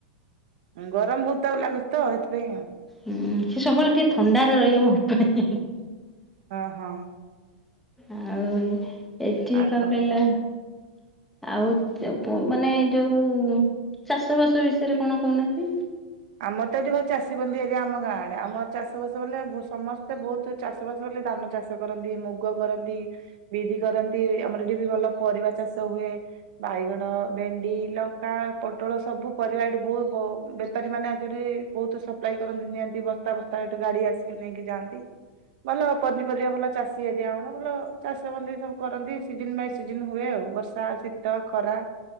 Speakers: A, on the right; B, in the centre.
A: ଉଁ, ଗରମ ବହୁତ ତାକୁ ଲାଗୁଛି ତ ସେଥିପାଇଁ ଆଉ।
B: ହୁଁ ସେ ସବୁବେଳେ ଟିକେ ଥଣ୍ଡାରେ ରହିବାକୁ ଭଲ ପାଏ।
A: ହଁ ହଁ।
B: ଆଉ ଏଠି
A: ଆଉ
B: କଣ କହିଲ?
A: କୁହ?
B: ଆଉ ଚ ପ ମାନେ ଯୋଉ ଚାଷ ବାସ ବିଷୟରେ କଣ କହୁନାହାନ୍ତି?
A: ଆମର ତ ଏଠି ଭଇ ଚାଷୀିବନ୍ଦୀ ଏରିଆ ଆମ ଗାଁଆଡେ ଆମର ଚାଷ ବାସ ବଲେ ସମସ୍ତେ ବହୁତ ତୁ ଚାଷ ବାସ କଲେ ଧାନ ଚାଷ କରନ୍ତି ମୁଗ କରନ୍ତି ବିରି କରନ୍ତି ଆମର ଏଠି ବି ଭଲ ପରିବା ଚାଷ ହୁଏ। ବାଇଗଣ ଭେଣ୍ଡି ଲଙ୍କା ପୋଟଳ ସବୁ ପରିବା ଏଠି ବହୁ ବହୁତ ବେପ୍ ବେପାରୀ ମାନେ ଆସି ବହୁତ ସପ୍ଲାଇ କରନ୍ତି ନିଅନ୍ତି ବସ୍ତା ବସ୍ ସ୍ତା ଏଠୁ ଗାଡି ଆସିକି ନେଇକି ଯାଆନ୍ତି ଭଲ ପନିପରିବା ଭଲ ଚାଷୀ ଏରିଆ ଆମର ଭଲ ଚାଷବନ୍ଦୀ ସବୁ କରନ୍ତି ସିଜନ ବାଇ ସିଜନ ହୁଏ ଆଉ ବର୍ଷା ସି ତ ଖରା